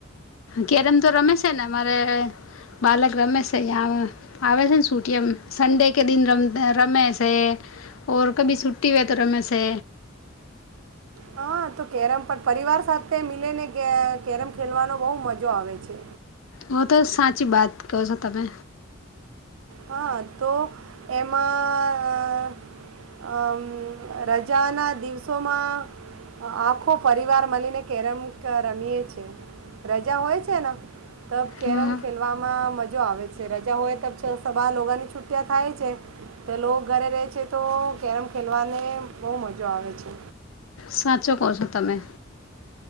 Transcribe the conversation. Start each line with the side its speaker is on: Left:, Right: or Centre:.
Left: કે્યારેમ તો રમે છે ને અમારે બાલક રમે છે તં આવે છે ને છૂટય સંડે કે દિન રમ રમે છે ઓર કભી છુટ્ટી હોય તો રમેશે
Right: હા તો કેરમ પણ પરિવાર સાથે મિલે ને કેરમ ખેલવાનો બહુ મજો આવે છે
Left: હ તો સાચી વાત કહ છો તમે
Right: હા તો એમાં અમ રજા ના દિવસોમા આખો પરિવાર મળીને કેરમ રમીએે છે રજા હોય છે ને તો કેરમ
Left: હમ
Right: ખેલવામાં મજા આવે છે રજા હોય તો તો બ લોકોની છુટિયા થાય છે તો લોકો ઘરે રહે છે તો કેરમ ખેલવાને બહુ મજા આવે છે
Left: સાચો કહ છો તમે